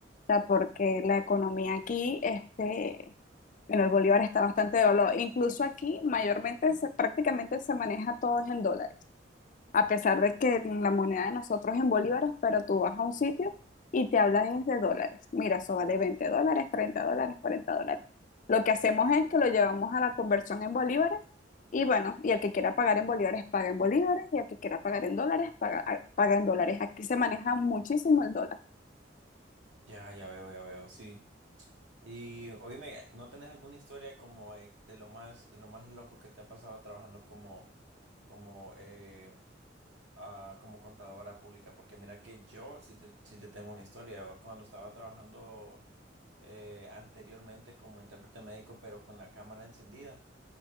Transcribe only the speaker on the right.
Ya, ya veo, ya veo, sí. Y oíme, ¿no tenés alguna historia como eh, de lo más, de lo más loco que te ha pasado trabajando como, como, eh, ah, como contadora pública? Porque mira que yo sí te, sí te tengo una historia. Yo cuando estaba trabajando eh, anteriormente como intérprete médico, pero con la cámara encendida.